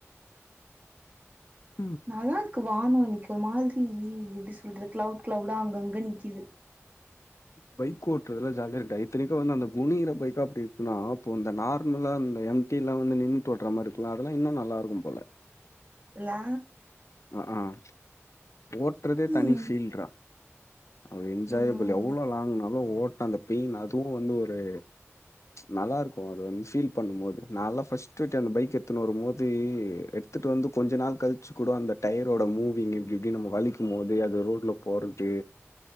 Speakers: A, on the left; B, on the right.
A: ம்
B: நல்லாருக்கு வானோ இன்னக்கு ஒரு மாதிரி எப்டி சொல்றது கிளவுட் கிளவுடா அங்கங்க நிக்கிது
A: பைக் ஓட்டுறதுல ஜாலியாருக்கு இத்தனக்கு வந்து அந்த குனிற பைக்கா அப்டி இருக்குன்னா அப்ப இந்த நார்மலா அந்த எம் டிலா வந்து நின்னுட்டு ஓட்ட மாரி இருக்கல அதெல்லா இன்னு நல்லாக்கு போல
B: இல்ல
A: அஹும் ஓட்டுறதே தனி
B: ம்
A: ஃபீல்ரா அவ்ளோ என்ஜாயபிள்
B: ம்
A: எவ்வளோ லாங்னாலு ஓட்னா அந்த பெயின் அதுவு வந்து ஒரு நல்லா இருக்கு அது வந்து ஃபீல் பண்ணு போது நாலா ஃபஸ்ட்டு டைம் பைக் எடுத்துனு வரு போது எடுத் த்துட்டு வந்து கொஞ்சோ நாள் கழிச்சு கூட அந்த டயரோட மூவிங் இப்டி இப்டி நம்ம வலிக்கு போது அது ரோட்ல போறது